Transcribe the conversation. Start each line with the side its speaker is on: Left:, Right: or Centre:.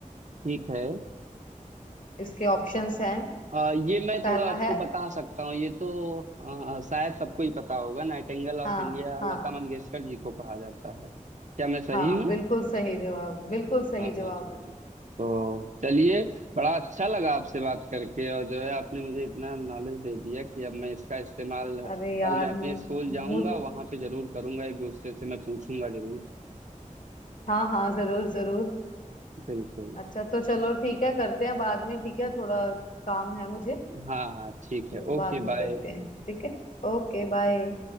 Right: ठीक है
Left: इसके ऑप्शंस हैं
Right: आ, ये मैं
Left: पहला
Right: थोड़ा आपको
Left: है
Right: बता सकता हूँ ये तो आ, शायद सबको ही पता होगा nightingale of
Left: हाँ
Right: India
Left: हाँ
Right: Lata Mangeshkar ji को कहा जाता है क्या मैं सही
Left: हाँ
Right: हूँ
Left: बिल्कुल सही जवाब बिल्कुल सही
Right: हाँ
Left: जवाब
Right: हाँ हाँ
Left: है
Right: जी तो चलिए बड़ा अच्छा लगा आपसे बात करके और जो है आपने मुझे इतना नॉलेज दे दिया कि अब मैं इसका इस्तेमाल
Left: अरे यार
Right: कल मैं अपने स्कूल
Left: मुझ
Right: जाऊंगा वहां पे जरूर करूंगा एक दूसरे से मैं पूछूंगा जरूर
Left: हाँ हाँ जरूर जरूर
Right: बिल्कुल
Left: अच्छा तो चलो ठीक है करते हैं बाद में ठीक है थोड़ा काम है मुझे
Right: हाँ हाँ ठीक है
Left: वो बाद
Right: ओके
Left: में
Right: बाय
Left: करते हैं ठीक है ओके बाय